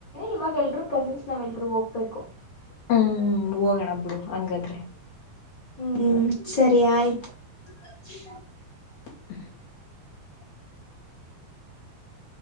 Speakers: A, on the left; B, on the left.
A: ಇವಾಗ ಎಲ್ಲರೂ ಕಜಿಶನ್ ಮನೆಗೆ ಹೋಗ್ಬೇಕು.
B: ಹೂ ಹೋಗೋಣ ಬಿಡು ಹಂಗಾದ್ರೆ.
A: ಹೂ ಸರಿ ಆಯ್ತು. ಚಿಯ್.
B: ಹ್ಮ್ಮ್.